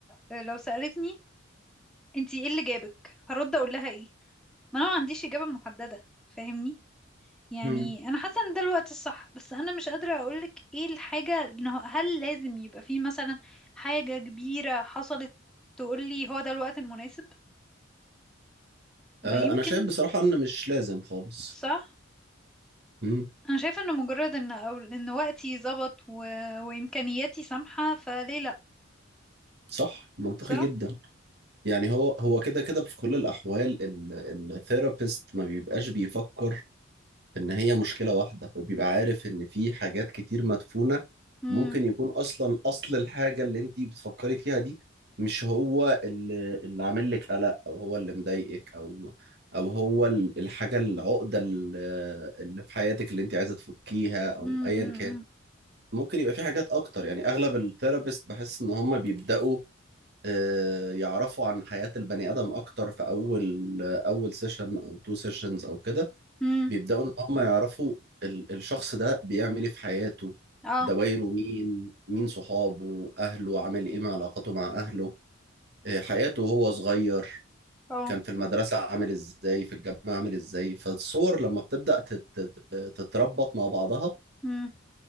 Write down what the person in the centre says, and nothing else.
لو سالتني انتي ايه اللي جابك هرد اقول لها ايه ما انا ما عنديش اجابه محدده فاهمني يعني
انا حاسه ان ده الوقت الصح بس انا مش قادره اقولك ايه الحاجه انه هل لازم يبقى في مثلا حاجه كبيره حصلت تقولي هو ده الوقت المناسب ما
يمكن
صعب
انا شايفه انه مجرد ان أو ان وقتي ظبط و... وامكانياتي سامحه فليه لا
صح
امم
امم
امم
اه
اه
امم